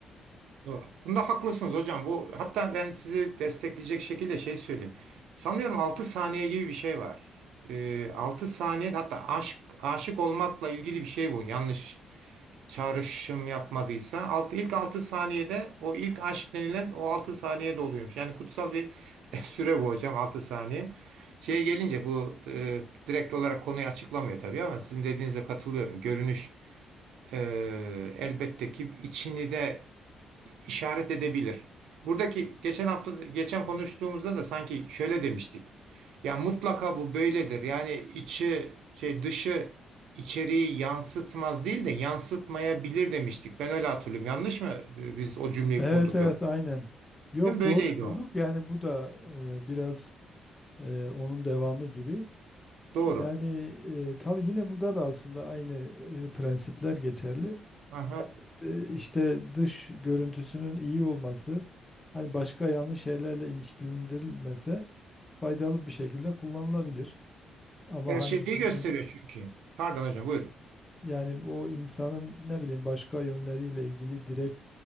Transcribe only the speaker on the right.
Doğru. Bunda haklısınız hocam. Bu hatta ben sizi destekleyecek şekilde şey söyleyeyim. Sanıyorum 6 saniye gibi bir şey var. Ee, 6 saniye hatta aşk aşık olmakla ilgili bir şey bu. Yanlış çağrışım yapmadıysa altı, ilk 6 saniyede o ilk aşk denilen o 6 saniyede oluyormuş. Yani kutsal bir <laughs> süre bu hocam Altı saniye. Şeye gelince bu e, direkt olarak konuyu açıklamıyor tabii ama sizin dediğinize katılıyorum. Görünüş e, elbette ki içini de işaret edebilir. Buradaki geçen hafta geçen konuştuğumuzda da sanki şöyle demiştik. Ya mutlaka bu böyledir. Yani içi şey dışı içeriği yansıtmaz değil de yansıtmayabilir demiştik. Ben öyle hatırlıyorum. Yanlış mı? Ee, Biz o cümleyi
kurduk
yok.
Değil mi? Böyleydi
o.
Doğru.
Aha.
Evet,
şeyi
gösteriyor çünkü. Pardon hocam buyurun.